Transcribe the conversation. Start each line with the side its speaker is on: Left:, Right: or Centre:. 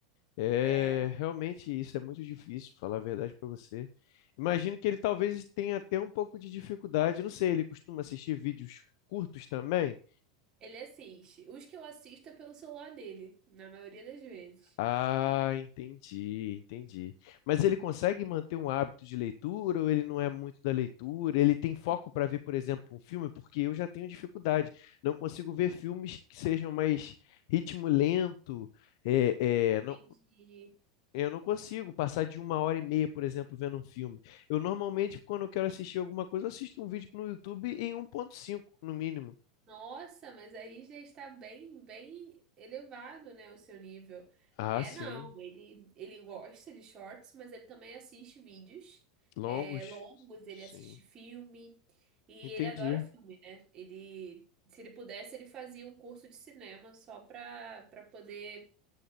Left: É,
Right: é,
Left: realmente isso é muito difícil, falar a verdade pra você. Imagino que ele talvez tenha até um pouco de dificuldade, não sei, ele costuma assistir vídeos curtos também?
Right: ele assiste. Os que eu assisto é pelo celular dele, na maioria das vezes.
Left: Ah, entendi, entendi. Mas ele consegue manter um hábito de leitura ou ele não é muito da leitura? Ele tem foco para ver, por exemplo, um filme? Porque eu já tenho dificuldade. Não consigo ver filmes que sejam mais ritmo lento. É,
Right: Entendi.
Left: é, não, eu não consigo passar de uma hora e meia, por exemplo, vendo um filme. Eu normalmente, quando eu quero assistir alguma coisa, eu assisto um vídeo no YouTube em um ponto cinco no mínimo.
Right: Nossa, mas aí já está bem, bem elevado, né, o seu nível.
Left: Ah,
Right: É,
Left: sim.
Right: não, ele, ele gosta de shorts, mas ele também assiste vídeos
Left: Longos?
Right: é, longos, ele
Left: Sim.
Right: assiste filme e
Left: Entendi.
Right: ele adora filme, né? Ele, se ele pudesse, ele fazia um curso de cinema só para para poder